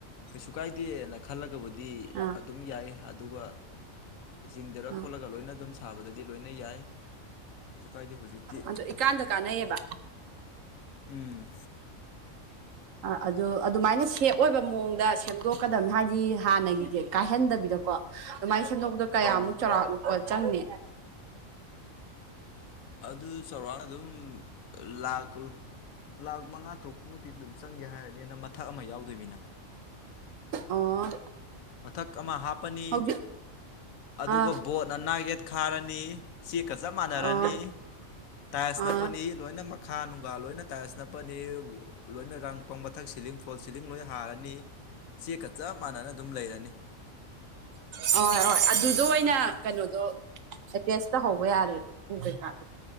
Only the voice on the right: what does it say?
ꯑꯥ
ꯑꯥ
ꯑꯗꯨ ꯏꯀꯥꯟꯗ ꯀꯥꯟꯅꯩꯌꯦꯕ
ꯑ ꯑꯗꯨ ꯑꯗꯨꯃꯥꯏꯅ ꯁꯦꯞ ꯑꯣꯏꯕ ꯃꯑꯣꯡꯗ ꯁꯦꯝꯗꯣꯛꯀꯗꯝꯕꯅꯤ ꯍꯥꯏꯗꯤ ꯍꯥꯟꯅꯒꯤꯗꯤ ꯀꯥꯏꯍꯟꯗꯕꯤꯗꯀꯣ ꯑꯗꯨꯃꯥꯏꯅ ꯁꯦꯝꯗꯣꯛꯄꯗ ꯀꯌꯥꯃꯨꯛ
ꯆꯥꯎꯔꯥꯛ ꯄ ꯆꯪꯅꯤ
ꯑꯣ
ꯍꯧꯖꯤꯛ
ꯑꯥ
ꯑꯣ
ꯑꯥ
ꯍ ꯍꯣꯏ ꯑꯗꯨꯗꯣ ꯑꯣꯏꯅ ꯀꯩꯅꯣꯗꯣ ꯑꯦꯗꯖꯁ ꯇꯧꯍꯧꯕ ꯌꯥꯔꯦꯗꯣ ꯎ ꯀꯩꯀꯥꯗꯣ